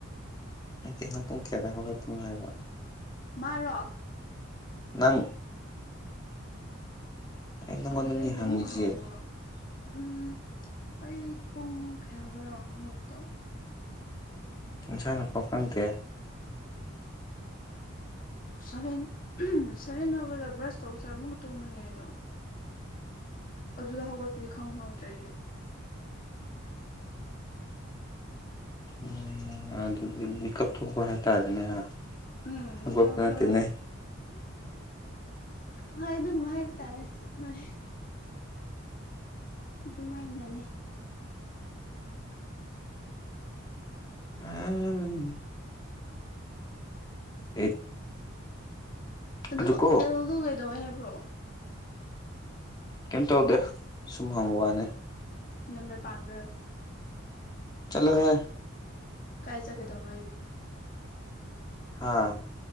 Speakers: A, on the left (about 20°); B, on the left (about 45°).
A: ꯅꯇꯦ ꯅꯪ ꯄꯨꯡ ꯀꯌꯥꯗ ꯍꯧꯒꯠꯄꯅꯣ ꯍꯥꯏꯕ
B: ꯃꯥꯔꯣ
A: ꯅꯪ ꯑꯩ ꯅꯪꯉꯣꯟꯗꯅꯤ
B: ꯀꯔꯤ ꯑꯩꯕꯨ
A: ꯍꯪꯉꯤꯁꯦ
B: ꯑꯃꯨꯛꯀ ꯍꯪ <unintelligible> ꯎꯝ ꯑꯩ ꯄꯨꯡ ꯀꯌꯥꯗꯔ ꯍꯧꯒꯠꯄꯗꯣ
A: ꯅꯁꯥꯅ ꯄꯥꯎ ꯈꯪꯗꯦ
B: ꯁꯚꯦꯟ ꯁꯚꯦꯟ ꯍꯧꯒꯠꯂ ꯕ꯭ꯔꯁ ꯇꯧꯕ ꯆꯔ ꯑꯃꯨꯒ ꯇꯨꯝꯕꯅꯦ ꯑꯗꯣ ꯑꯗꯨꯗ ꯍꯧꯒꯠꯄꯗꯤ ꯈꯪꯍꯧꯗ꯭ꯔꯦ ꯑꯦꯗꯤ
A: ꯎꯝ ꯑꯗꯨꯗꯤ ꯃꯤꯀꯞ ꯊꯣꯛꯄ ꯍꯥꯏꯇꯥꯔꯦꯅꯦ ꯍꯥ
B: ꯎꯝ
A: ꯍꯧꯒꯠꯄ
B: ꯃꯤꯀꯞ
A: ꯅꯠꯇꯦꯅꯦ
B: ꯊꯣꯔꯛ ꯍꯣꯏ ꯑꯗꯨꯒꯨꯝꯕ ꯍꯥꯏꯕ ꯇꯥꯔꯦ ꯍꯣꯏ ꯑꯗꯨꯃꯥꯏꯅꯅꯦ
A: <unintelligible> ꯑꯦ
B: ꯑꯗꯨ
A: ꯑꯗꯨꯀꯣ
B: ꯑꯦꯜꯗꯣ ꯀꯩꯗꯧꯋꯦ ꯍꯥꯏꯕ꯭ꯔꯣ
A: ꯀꯩꯝ ꯇꯧꯗꯦ ꯁꯨꯝ ꯍꯪꯕ ꯋꯥꯅꯦ
B: ꯅꯝꯕꯔ ꯄꯥꯝꯕ꯭ꯔꯣ
A: ꯆꯂꯣꯍꯦ
B: ꯀꯥꯏ ꯆꯒꯦꯇꯧꯕ꯭ꯔ ꯑꯩ
A: ꯍꯥꯥ